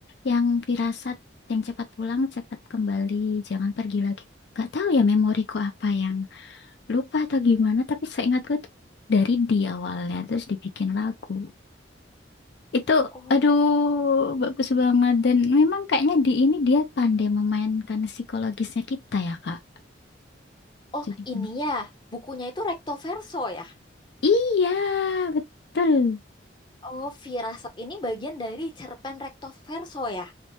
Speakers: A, on the left (about 60°); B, on the left (about 25°).
A: yang firasat, yang cepat pulang, cepat kembali, jangan pergi lagi. Gak tahu ya memoriku apa yang lupa atau gimana, tapi seingatku itu dari di awalnya terus dibikin lagu. Itu
B: Oh,
A: aduh bagus banget dan memang kayaknya di ini dia pandai memainkan psikologisnya kita ya, Kak.
B: oh
A: Jadi
B: ini ya bukunya itu recto verso ya.
A: Iya, betul.
B: Oh, Firasat ini bagian dari cerpen recto verso ya.